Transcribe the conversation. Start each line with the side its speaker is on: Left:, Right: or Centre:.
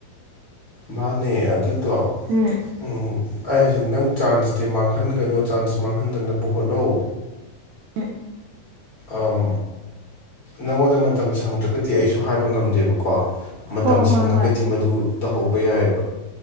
Left: ꯃꯥꯅꯦ ꯑꯗꯨꯗꯣ
Right: ꯎꯝ
Left: ꯎꯝ ꯑꯩ ꯍꯥꯏꯁꯦ ꯅꯪ ꯆꯥꯟꯁ ꯇꯤ ꯃꯥꯡꯍꯟꯒꯅꯨ ꯆꯥꯟꯁ ꯃꯥꯡꯍꯟꯗꯅꯕ ꯍꯣꯠꯅꯧ
Right: ꯍꯨ ꯎꯝ
Left: ꯑꯥꯝ ꯅꯪꯉꯣꯟꯗ ꯃꯇꯝ ꯁꯪꯗ꯭ꯔꯒꯗꯤ ꯑꯩꯁꯨ ꯍꯥꯢꯕ ꯉꯝꯗꯦꯕꯀꯣ ꯃꯇꯝ
Right: ꯍꯣꯏ ꯍꯣꯏ
Left: ꯁꯪꯉꯒꯗꯤ
Right: ꯍꯣꯏ
Left: ꯃꯗꯨ ꯇꯧꯍꯧꯕ ꯌꯥꯢꯑꯕ